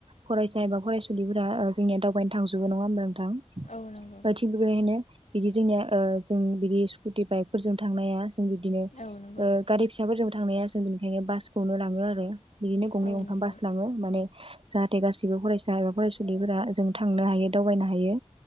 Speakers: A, on the right (about 50°); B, on the left (about 80°).
A: फरायसा एबा फरायसुलिफोरा ओ जोंनिया दावबायनो थांजोबो नङा होनोमबा नों थां दा
B: औ नंगौ
A: थिग बेबायदिनो बिदि जोंनिया ओ जों बिदि स्कुटि बाइकफोरजों थांनाया जों बिदिनो ओ
B: औ नंगौ
A: गारि फिसाफोरजोंबो थांनाया जों बेनिखायनो बासखौनो लाङो आरो बिदिनो गंनै
B: औ
A: गंथाम
B: नंगौ
A: बास लाङो माने जाहाथे गासिबो फरायसा एबा फरायसुलिफोरा जों थांनो हायो दावबायनो हायो